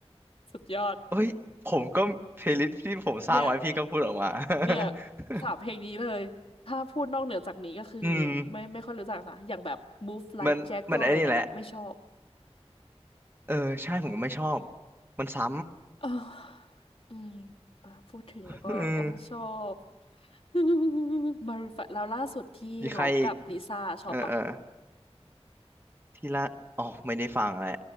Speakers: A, on the left; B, on the right.
A: สุดยอด
B: เอ้ย ผมก็เพลย์ลิสต์ที่ผมสร้างไว้พี่ก็พูดออกมา
A: เนี่ยเนี่ย
B: <laughs>
A: สามเพลงนี้เลยถ้าพูดนอกเหนือจากนี้ก็คือ
B: อืม
A: ไม่ไม่ค่อยรู้จักนะอย่างแบบ Move Like
B: มันมันไอ้นี่แหละ
A: Jagger อะไรเงี้ยนะไม่ชอบ
B: เออ ใช่ผมก็ไม่ชอบ มันซ้
A: เอออืมอ่ะพูดถึงแล้วก็โอ้ชอบ
B: ำอืม
A: <laughs> มารูนไฟว์แล้วล่าสุดที่ร้องกับลิซ่าชอบปะ
B: มีใครอีก เออเออ ที่ละอ๋อไม่ได้ฟังแหละ